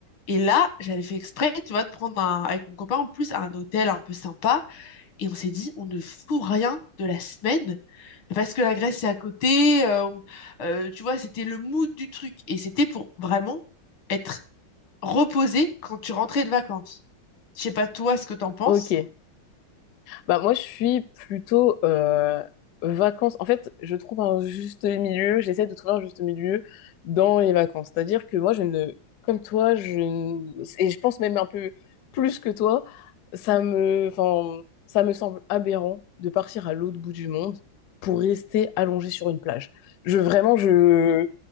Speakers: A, on the left; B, on the left.
A: et là, j'avais fait exprès, tu vois, de prendre un, avec mon copain en plus un hôtel un peu sympa et on s'est dit, on ne fout rien de la semaine parce que la Grèce c'est à côté, euh, on- euh, tu vois, c'était le mood du truc et c'était pour vraiment être reposé quand tu rentrais de vacances. Je sais pas toi ce que t'en penses.
B: Ok. Bah, moi, je suis plutôt euh, vacances. En fait, je trouve un juste milieu, j'essaie de trouver un juste milieu dans les vacances. C'est-à-dire que moi, je ne, comme toi, je ne- et je pense même un peu plus que toi, ça me, enfin, ça me semble aberrant de partir à l'autre bout du monde pour rester allongé sur une plage. Je, vraiment, je,